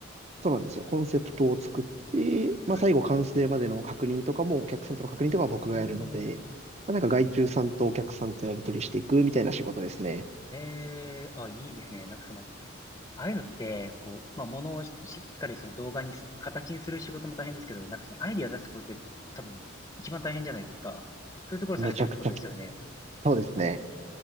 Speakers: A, on the right (about 35°); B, on the left (about 20°).
A: そうなんですよ。コンセプトを作って、まあ最後完成までの確認とかも、
B: はい。
A: お客さんとの確認とかは僕がやるので、
B: うーん。
A: まあ、なんか外注さんとお客さんとやり取りしていくみたいな仕事ですね。
B: ええ、あ、いいですね。なんかその、ああいうのって、こう、まあ、ものをし、しっかりその動画にす、形にする仕事も大変ですけど、なんかそのアイディア出すところって多分一番大変じゃないですか。そういうところされてるってことですよね。
A: めちゃくちゃき、そうですね。